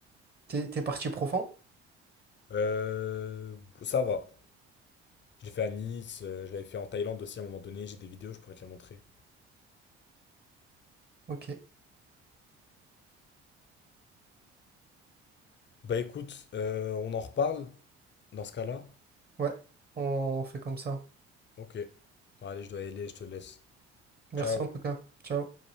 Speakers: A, on the right; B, on the left.
A: T'es t'es parti profond?
B: Euh, ça va. Je l'ai fait à Nice, euh, je l'avais fait en Thaïlande aussi à un moment donné, j'ai des vidéos, je pourrais te les montrer.
A: Ok.
B: Bah écoute, euh, on en reparle dans ce cas-là.
A: Ouais, on fait comme ça.
B: Ok. Bon, Allez, je dois y aller, je te laisse.
A: Merci
B: Ciao.
A: en tout cas. Ciao.